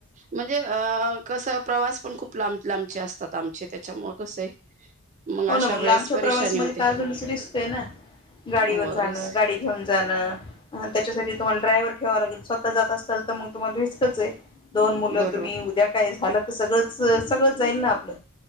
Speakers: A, on the right (about 35°); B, on the left (about 20°).
A: म्हणजे अ कस प्रवास पण खूप लांब लांबचे असतात आमचे त्याच्यामुळे कसं आहे
B: हो
A: अशा
B: ना मग
A: वेळेस
B: लांबच्या
A: परेशानी
B: प्रवासमध्ये
A: होते
B: तर अजूनच रिस्क आहे ना गाडीवर
A: हो
B: जाणं
A: रिस्क
B: गाडी घेऊन जाणं ह त्याच्यासाठी तुम्हाला ड्रायव्हर ठेवा लागेल स्वतः जात असाल तर मग तुम्हाला विसकच आहे दोन मुलं
A: बरोबर
B: तुम्ही उद्या काय झालं तर सगळंच सगळंच जाईल ना आपलं